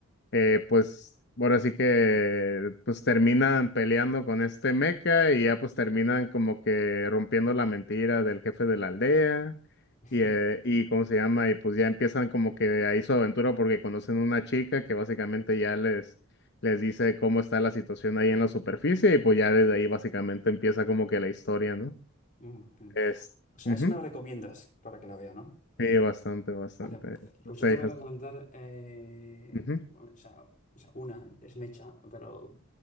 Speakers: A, on the left; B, on the left.
A: eh, pues ahora sí que pues terminan peleando con este mecha y ya pues terminan como que rompiendo la mentira del jefe de la aldea
B: <laughs>
A: y, eh, y cómo se llama y pues ya empiezan como que ahí su aventura porque conocen una chica que básicamente ya les les dice cómo está la situación ahí en la superficie y pues ya desde ahí básicamente empieza como que la historia, ¿no?
B: Mm,
A: Es,
B: O sea,
A: ujú,
B: eso me la recomiendas para que la vea, ¿no?
A: Sí, bastante, bastante.
B: Vale, pues
A: Sí,
B: yo te voy
A: es-
B: a recomendar, eh,
A: ujú,
B: o sea, o sea, una, que es Mecha, pero